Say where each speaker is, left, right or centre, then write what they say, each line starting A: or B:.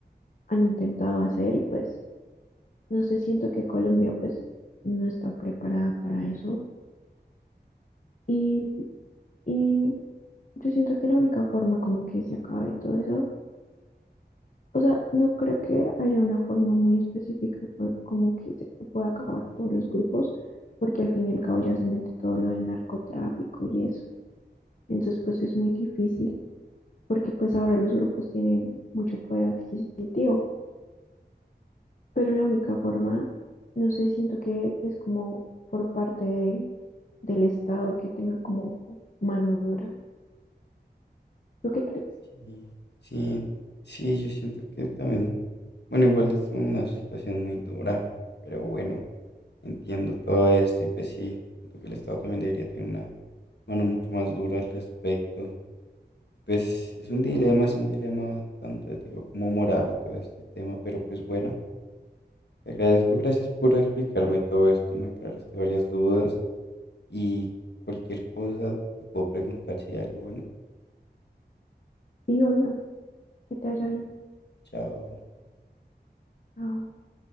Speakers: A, on the left; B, on the left.
A: han intentado hacer y pues no sé, siento que Colombia pues no está preparada para eso. Y, y yo siento que la única forma como que se acabe todo eso, o sea, no creo que haya una forma muy específica co- como que se pueda acabar todos los grupos, porque al fin y al cabo ya se mete todo lo del narcotráfico y eso. Entonces, pues es muy difícil, porque pues ahora los grupos tienen mucho poder adquisitivo, pero la única forma, no sé, siento que es como por parte de- del Estado que tenga como mano dura. ¿Tú qué crees?
B: Sí, sí, sí, yo siento que también, bueno, igual es una situación muy dura, pero bueno. Entiendo todo esto y pues sí, creo que el Estado también debería tener una mano mucho más dura al respecto. Pues es un dilema, es un dilema tanto, te digo, como moral todo este tema, pero pues bueno, te agradezco, gracias por explicarme todo esto, me aclaraste varias dudas y cualquier cosa te puedo preguntar si hay algo bueno.
A: Y obvio, que te vaya bien.
B: Chao.
A: Ah,